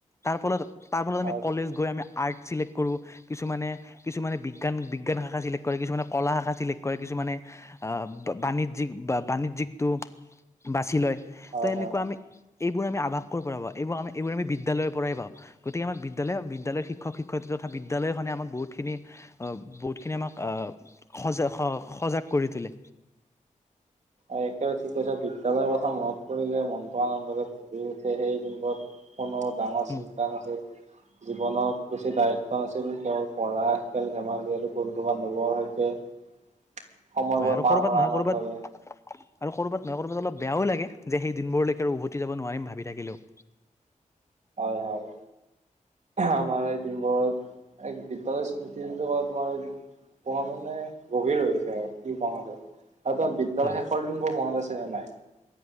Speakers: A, on the left; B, on the right.
A: তাৰ ফলত তাৰ ফলত আমি
B: আৰু
A: কলেজ গৈ আমি আৰ্ট চিলেক্ট কৰোঁ। কিছুমানে, কিছুমানে বিজ্ঞান, বিজ্ঞান শাখা চিলেক্ট কৰে, কিছুমানে কলা শাখা চিলেক্ট কৰে কিছুমানে আহ, বাণিজ্যিক বা বাণিজ্যিকটো। বাছি লয়,
B: হয়
A: তো, এনেকুৱা
B: হয়
A: আমি এইবোৰ আমি আভাস কৰ পৰা পাওঁ এইবোৰ আমি এইবোৰ আমি বিদ্যালয়ৰ পৰাই পাওঁ। গতিকে আমাক বিদ্যালয়, বিদ্যালয়ৰ শিক্ষক-শিক্ষয়িত্ৰী তথা বিদ্যালয়খনে আমাক বহুতখিনি আহ, বহুতখিনি আমাক আ, সজাগ-সজাগ কৰি তোলে।
B: আৰু একেবাৰে ঠিক কথা। বিদ্যালয়ৰ কথা মনত পৰিলে মনতো আনন্দৰে ভৰি উঠে, সেই দিনবোৰ কোনো, ডাঙৰ
A: উম
B: চিন্তা নাছিল। জীৱনত বেছি দায়িত্ব নাছিল, কেৱল পঢ়া খেল-ধেমালি আৰু বন্ধু-বান্ধৱৰ সৈতে সময়বোৰ
A: হয় আৰু
B: পাৰ
A: ক'ৰবাত
B: কৰা,
A: নহয়
B: আনন্দৰে।
A: ক'ৰবাত আৰু ক'ৰবাত নাই ক'ৰবাত অলপ বেয়ও লাগে, যে সেই দিনবোৰলৈকে উভতি যাব নোৱাৰিম ভাবি থাকিলেও।
B: হয়, হয়, আমাৰ এই দিনবোৰ এক বিদ্যালয় স্মৃতি বুলি কলে তোমাৰ পঢ়া শুনাই গভীৰ হৈ গৈছে আউ কি কম আৰু আৰু তোমাৰ বিদ্যালয়
A: হয়
B: শেষৰ দিন বোৰ মনত আছেনে নাই?